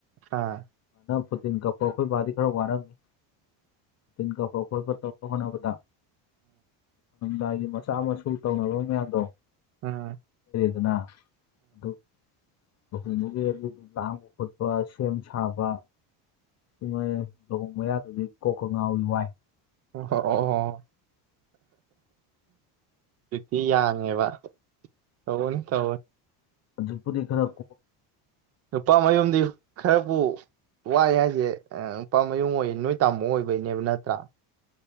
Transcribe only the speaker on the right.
ꯑꯥ
ꯑ
ꯑꯣ ꯑꯣ ꯑꯣ ꯗ꯭ꯌꯨꯇꯤ ꯌꯥꯡꯉꯦꯕ ꯇꯧꯒꯅꯤ ꯇꯧꯒꯅꯤ
ꯅꯨꯄꯥ ꯃꯌꯨꯝꯗꯤ ꯈꯔꯕꯨ ꯋꯥꯢ ꯍꯥꯏꯖꯦ ꯅꯨꯄꯥ ꯃꯌꯨꯡ ꯑꯣꯏ ꯅꯣꯏ ꯇꯥꯃꯣ ꯑꯣꯏꯕꯩꯅꯦꯕ ꯅꯠꯇ꯭ꯔꯥ